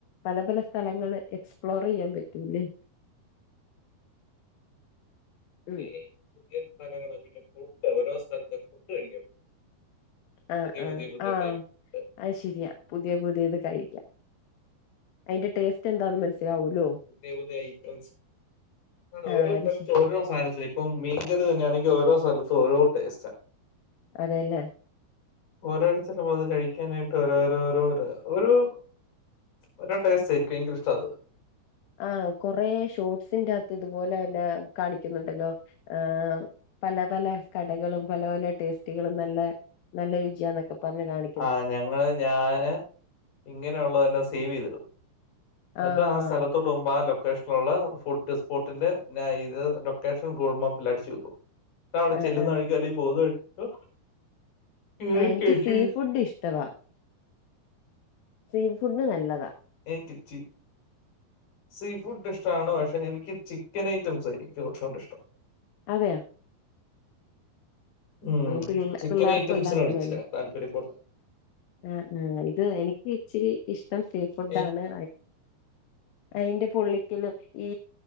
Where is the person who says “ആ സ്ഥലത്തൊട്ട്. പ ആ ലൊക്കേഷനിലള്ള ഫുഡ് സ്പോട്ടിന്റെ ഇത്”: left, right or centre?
Left